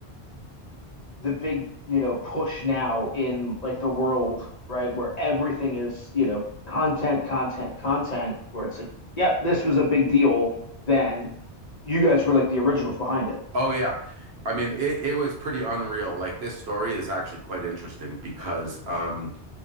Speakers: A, on the left; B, on the right.
A: the big, you know, push now in like the world, right? Where everything is, you know, content, content, content, where it's like, yep, this was a big deal then. You guys were like the originals behind it.
B: oh, yeah. I mean, it, it was pretty unreal. Like, this story is actually quite interesting because, um,